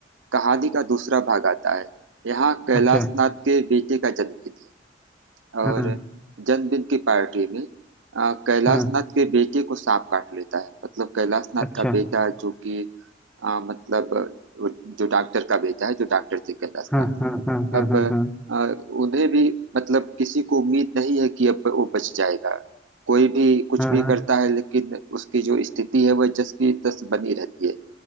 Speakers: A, on the right; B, in the centre.
A: कहानी का दूसरा भाग आता है यहाँ कैलाश
B: अच्छा
A: नाथ के बेटे का जन्मदिन है और
B: हाँ
A: जन्मदिन की पार्टी में अ, कैलाश
B: हाँ
A: नाथ के बेटे को सांप काट लेता है मतलब कैलाश नाथ
B: अच्छा
A: का बेटा जो कि अ, मतलब वो जो डॉक्टर का बेटा है जो डॉक्टर थे कैलाश
B: हाँ
A: नाथ
B: हाँ हाँ हाँ
A: अब
B: हाँ
A: आ,
B: हाँ
A: उन्हें भी मतलब किसी को उम्मीद नहीं है कि अब वो बच जाएगा कोई भी कुछ
B: हाँ
A: भी करता
B: हाँ
A: है लेकिन उसकी जो स्थिति है वह जस की तस बनी रहती है